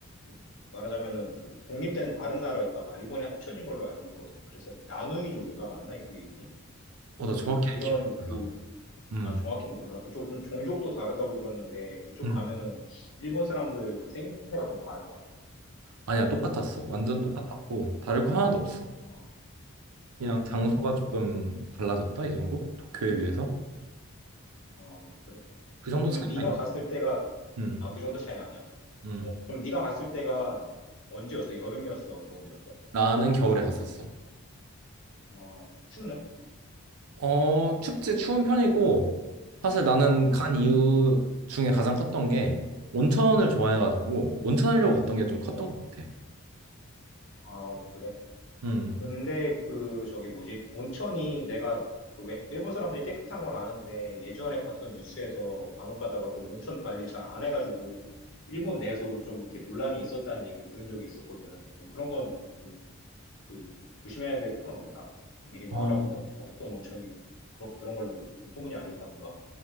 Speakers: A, on the left; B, on the right.
A: 그 말하자면은 그 독립된 다른 나라였다가 일본에 합쳐진 걸로 알고 있거든. 그래서 야누이족인가 맞나 그 이름이?
B: 어, 나 정확히
A: 뭐 그런
B: 기억이
A: 그
B: 안 나. 음.
A: 아 정확히는 뭐라 그쪽 좀 종족도 다르다고 들었는데 그쪽
B: 음.
A: 가면은 일본 사람들 그 생김새가 좀 다른가?
B: 아니야, 똑같았어. 완전
A: 그
B: 똑같았고 다를 거 하나도 없어.
A: 어,
B: 그냥
A: 어,
B: 장소가
A: 그래.
B: 조금 달라졌다 이 정도? 도쿄에 비해서
A: 어, 그래.
B: 그 정도
A: 그러면
B: 차이가
A: 네가
B: 있나?
A: 갔을 때가
B: 음.
A: 아, 그 정도 차이는 아니야?
B: 음.
A: 어, 그럼 네가 갔을 때가 언제였어? 여름이었어? 겨울이었어?
B: 나는 겨울에 갔었어.
A: 어, 춥나?
B: 어, 춥지 추운 편이고, 사실 나는
A: 어,
B: 간 이유 중에 가장 컸던 게, 온천을 좋아해가지고,
A: 어,
B: 온천하려고 갔던 게 좀 컸던
A: 어.
B: 것 같아.
A: 아, 그래?
B: 음.
A: 근데 그, 저기 뭐지? 온천이 내가 그 왜, 일본 사람들이 깨끗한 건 아는데 예전에 봤던 뉴스에서 간혹 가다가 그 온천 관리를 잘 안 해가지고 일본 내에서도 좀 이렇게 논란이 있었다는 얘기를 들은 적이 있었거든. 좀 그런 건 좀 그 조심해야 될 필요는 없나? 미리 뭐
B: 어,
A: 알아본다든가 어떤 온천이 그런, 그런 걸로 좀 소문이 안 좋다든가.